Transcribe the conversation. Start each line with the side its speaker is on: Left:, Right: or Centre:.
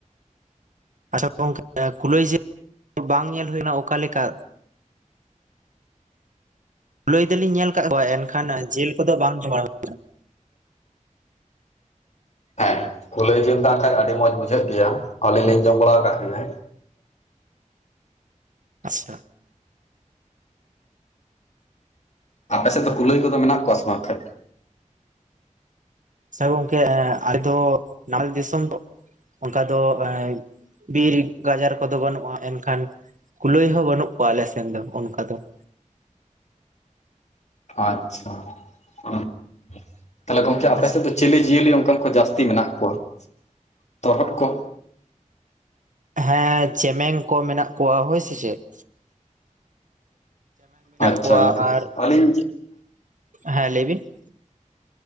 Right: ᱟᱪᱪᱷᱟ ᱜᱚᱝᱠᱮ ᱠᱩᱞᱟᱹᱭ ᱡᱤᱞ ᱵᱟᱝ ᱧᱮᱞ ᱦᱩᱭᱱᱟ ᱚᱠᱟ ᱞᱮᱠᱟ? ᱠᱩᱞᱟᱹᱭ ᱫᱚᱞᱤᱧ ᱧᱮᱞ ᱟᱠᱟᱫ ᱠᱚᱣᱟ ᱮᱱᱠᱷᱟᱱ ᱡᱤᱞ ᱠᱚᱫᱚ ᱵᱟᱝ ᱡᱚᱢ ᱵᱟᱲᱟ ᱦᱩᱭ
Left: ᱦᱮᱸ ᱠᱩᱞᱟᱹᱭ ᱡᱤᱞ ᱫᱚ ᱮᱱᱠᱷᱟᱡ ᱟᱹᱰᱤ ᱢᱚᱸᱡᱽ ᱵᱩᱡᱷᱟᱹᱜ ᱜᱮᱭᱟ ᱟᱹᱞᱤᱧ ᱞᱤᱧ ᱡᱚᱢ ᱵᱟᱲᱟ ᱟᱠᱟᱫ ᱜᱤᱭᱟ᱾
Right: ᱟᱠᱟᱱᱟ᱾ ᱟᱪᱪᱷᱟ
Left: ᱟᱯᱮ ᱥᱮᱫ ᱫᱚ ᱠᱩᱞᱟᱹᱭ ᱠᱚᱫᱚ ᱢᱮᱱᱟᱜ ᱠᱚᱣᱟ ᱥᱮ ᱵᱟᱝ ᱠᱷᱟᱡ?
Right: ᱟᱪᱪᱷᱟ ᱜᱚᱝᱠᱮ ᱟᱞᱮ ᱫᱚ ᱱᱟᱢᱟᱞ ᱫᱤᱥᱚᱢ ᱫᱚ ᱚᱱᱠᱟ ᱫᱚ ᱮ ᱵᱤᱨ ᱜᱟᱡᱟᱲ ᱠᱚᱫᱚ ᱵᱟᱹᱱᱩᱜᱼᱟ ᱮᱱᱼᱼ ᱼᱼᱠᱷᱟᱱ ᱠᱩᱞᱟᱹᱭ ᱦᱚᱸ ᱵᱟᱹᱱᱩᱜ ᱠᱚᱣᱟ ᱟᱞᱮ ᱥᱮᱱ ᱫᱚ ᱚᱱᱠᱟ ᱫᱚ ᱾
Left: ᱟᱪᱪᱷᱟ ᱾ ᱛᱟᱦᱞᱮ ᱜᱚᱝᱠᱮ ᱟᱯᱮ
Right: ᱟᱪᱪᱷᱟ
Left: ᱥᱮᱫ ᱫᱚ ᱪᱤᱞᱤ ᱡᱤᱭᱟᱹᱞᱤ ᱚᱱᱠᱟᱱ ᱠᱚ ᱡᱟᱹᱥᱛᱤ ᱢᱮᱱᱟᱜ ᱠᱚᱣᱟ? ᱛᱚᱨᱦᱚᱫ ᱠᱚ
Right: ᱦᱮᱸ ᱪᱮᱢᱮᱝ ᱠᱚ ᱢᱮᱱᱟᱜ ᱠᱚᱣᱟ ᱦᱳᱭ ᱥᱮ ᱪᱮᱫ ᱾
Left: ᱟᱪᱪᱷᱟ
Right: ᱠᱚᱣᱟ
Left: ᱜᱚᱝᱠᱮ
Right: ᱟᱨ
Left: ᱾ ᱟᱹᱞᱤᱧ
Right: ᱦᱮᱸ ᱞᱟᱹᱭ ᱵᱤᱱ ᱾